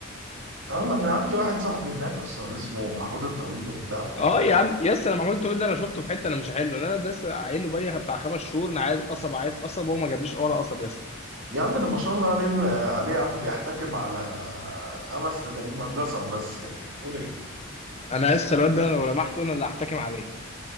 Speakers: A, on the right (about 60°); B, on the left (about 30°).
A: اه ما انا عندي واحد صاحبي هناك اصلا اسمه محمود الطويل وبتاع ف
B: اه يا عم يس انا محمود تقول ده انا شفته في حته انا مش حلو انا ده لسه قايل له بقالي بتاع خمس شهور انا عايز قصب عايز قصب وهو ما جابليش ولا قصب يس
A: يا عم ده ما شاء الله عليه عليه يا عم بيحتكم على خمس فدانين قصب بس يعني انت بتقول ايه
B: انا لسه الواد ده أنا لو لمحته انا اللي هحتكم عليه